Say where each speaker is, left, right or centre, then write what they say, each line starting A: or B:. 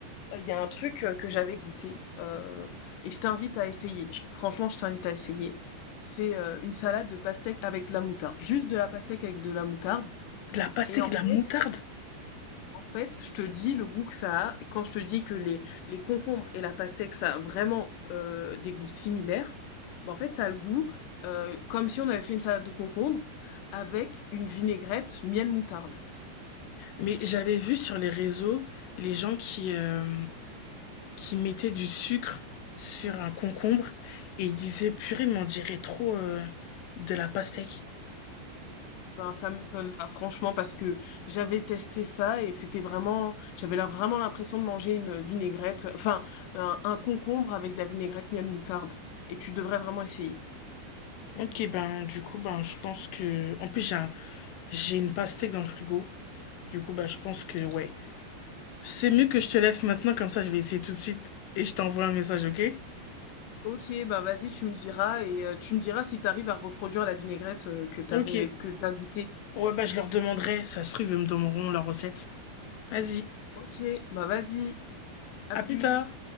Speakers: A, on the left (about 65°); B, on the left (about 80°).
A: Il y a un truc euh, que j'avais goûté euh, et je t'invite à essayer. Franchement, je t'invite à essayer. C'est euh, une salade de pastèque avec de la moutarde. Juste de la pastèque avec de la moutarde.
B: De la pastèque,
A: Et en
B: et
A: fait,
B: de la moutarde.
A: en fait, je te dis le goût que ça a. Quand je te dis que les, les concombres et la pastèque, ça a vraiment euh, des goûts similaires, bah, en fait, ça a le goût euh, comme si on avait fait une salade de concombres avec une vinaigrette miel moutarde.
B: Mais j'avais vu sur les réseaux les gens qui... euh, qui mettait du sucre sur un concombre et il disait purée mais on dirait trop euh, de la pastèque.
A: Ben, ça m'étonne pas, franchement, parce que j'avais testé ça et c'était vraiment, j'avais là vraiment l'impression de manger une vinaigrette, enfin, un, un concombre avec de la vinaigrette miel moutarde. Et tu devrais vraiment essayer.
B: Ok ben du coup ben je pense que en plus j'ai un- j'ai une pastèque dans le frigo. Du coup ben je pense que ouais. C'est mieux que je te laisse maintenant comme ça je vais essayer tout de suite et je t'envoie un message ok?
A: Ok, ben vas-y, tu me diras et euh, tu me diras si t'arrives à reproduire la vinaigrette euh, que t'as
B: Ok.
A: ré- que t'as goûtée.
B: Ouais bah je leur demanderai, ça se trouve ils me donneront la recette. Vas-y,
A: Ok, bah vas-y, à
B: à
A: plus.
B: plus tard.